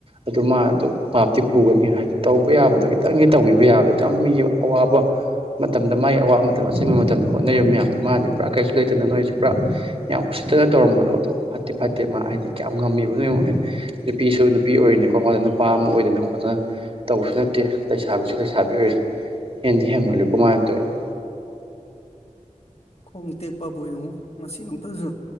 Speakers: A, on the right; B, on the left.
A: ꯑꯗꯨ ꯃꯥ ꯑꯗꯣ ꯄꯥꯞꯇꯤ ꯄꯨꯒꯅꯤ ꯍꯥꯏꯗꯤ ꯇꯧꯕ ꯌꯥꯕꯗꯣ ꯈꯤꯇꯪꯒꯤ ꯇꯧꯕꯤꯕ ꯌꯥꯕꯗꯣ ꯑꯗꯨꯌꯥꯝ ꯃꯤꯒꯤ ꯑꯋꯥꯕ ꯃꯇꯝꯗ ꯃꯒꯤ ꯑꯋꯥꯕ ꯃꯇꯝ ꯑꯁꯤꯟꯕ ꯃꯇꯝꯗ ꯍꯣꯠꯅꯔꯤꯕ ꯃꯌꯥꯝꯗꯣ ꯃꯥꯅꯗꯤ ꯄꯨꯔꯥ ꯀꯔꯤꯁꯨ ꯂꯩ ꯐꯠꯇꯅ ꯅꯣꯏꯁꯨ ꯄꯨꯔꯥ ꯌꯥꯝ ꯎꯁꯤꯠꯇꯅ ꯇꯧꯔꯝꯕꯗꯣ ꯑꯗꯨꯝ ꯐꯠꯇꯤ ꯐꯠꯇꯦ ꯃꯥ ꯍꯥꯏꯗꯤ ꯀꯌꯥꯝ ꯉꯝꯃꯤꯕꯅꯣ ꯌꯦꯡꯉꯨꯅꯦ ꯅꯨꯄꯤꯁꯨ ꯅꯨꯄꯤ ꯑꯣꯏꯔꯤꯅꯤꯀꯣ ꯃꯥꯗ ꯅꯨꯄꯥ ꯑꯃ ꯑꯣꯏꯗꯅ ꯈꯣꯠꯇꯅ ꯇꯧꯕꯁꯨ ꯅꯠꯇꯦ ꯂꯩꯁꯥꯕꯤꯁꯨ ꯂꯩꯁꯥꯕꯤ ꯑꯣꯏꯅꯤ ꯍꯦꯟꯗꯤ ꯍꯦꯟꯃꯜꯂꯤ ꯀꯃꯥꯏꯅ ꯇꯧꯔꯤꯅꯣ
B: ꯈꯣꯡ ꯇꯦꯛꯄꯕꯨ ꯌꯦꯉꯨ ꯉꯁꯤꯃꯛꯇꯁꯨ